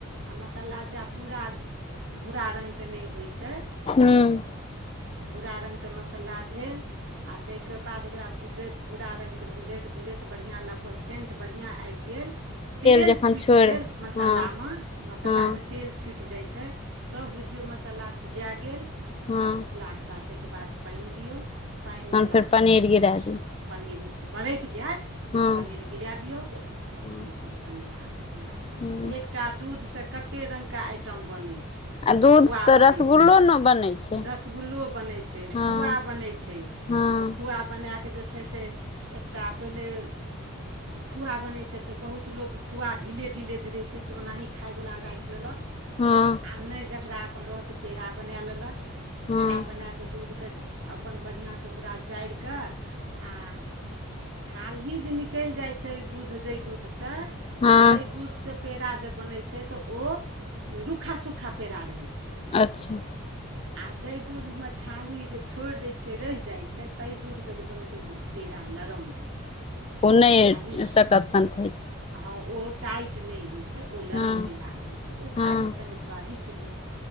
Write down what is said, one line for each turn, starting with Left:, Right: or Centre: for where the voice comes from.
Right: आ मसल्ला जा पूरा भूरा रंग कऽ नय होइ छै
Left: हुँ
Right: भूरा रंग कऽ मसाला भेल आ तैय कऽ बाद ओकरा भूजैत भूरा रंग कऽ भूजैत - भूजैत बढ़िया लग ओकर सेन्ट बढ़िया आबि गेल तेल
Left: जखन
Right: छुइट
Left: छोड़ि
Right: गेल मसल्ला
Left: हँ
Right: मऽ मसल्ला
Left: हँ
Right: मे तेल छुइट जाइ छैय तब बुझियौ मसल्ला भुजाय गेल
Left: हँ
Right: आ भुजला केँ बाद ताहि केँ बाद पाइन दियौ पाइन
Left: तहन
Right: देला
Left: फेर
Right: केँ
Left: पनीर
Right: बाद
Left: गिरा
Right: जे छैय से
Left: दियौ
Right: पनीर बरैक जैत
Left: हँ
Right: पनीर गिरा दियौ तखन
Left: हँ
Right: अपन पनीर अहाँ कऽ तैयार भए
Left: हूँ
Right: गेल एकटा दूधसँ कते रंग कऽ आइटम बनै छैय
Left: आ दूध
Right: खुआ
Left: तऽ
Right: बनै
Left: रसगुल्लो
Right: छै
Left: ने बनै छै
Right: रसगुल्लो बनै छै
Left: हँ
Right: खुआ बनै छै
Left: हँ
Right: खुआ बनै कऽ जे छै से एकटा पहिले खुआ बनै छैय तऽ बहुत लोक खुआ ढीले- ढीले जे रहै छै से ओनाही खाय वला राइख लेलक
Left: हँ
Right: आ नय जकरा अपन रहल तऽ पेड़ा बने लेलक
Left: हँ
Right: पेड़ा बनै कऽ दूध कऽ अपन बढ़ियासँ ओकरा जाइर कऽ आ छालही जे नि कैल जाइ छैय दूध जहि दूध सँ
Left: हँ
Right: तैय दूध से पेड़ा जे बनै छै तऽ ओ रूखा - सूखा पेड़ा रहै छै
Left: अच्छऽ
Right: आ जैय दूध मऽ छालही छोइर दैय छै रैह जाइ छै तैह दूध कऽ जे बनबै छै पेड़ा लरम होइ छै
Left: ओ नय
Right: छाली रहल
Left: सकत सन कऽ होइ छै
Right: हँ ओ टाइट नय होइ छै ओ लरम
Left: हँ
Right: पेड़ा रहै छै ओ
Left: हँ
Right: खाय मऽ कनि स्वादि ष्ट भेल